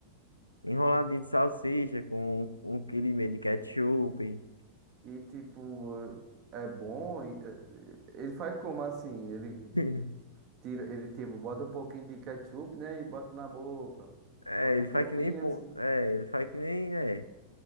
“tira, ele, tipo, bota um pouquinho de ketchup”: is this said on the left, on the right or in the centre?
Right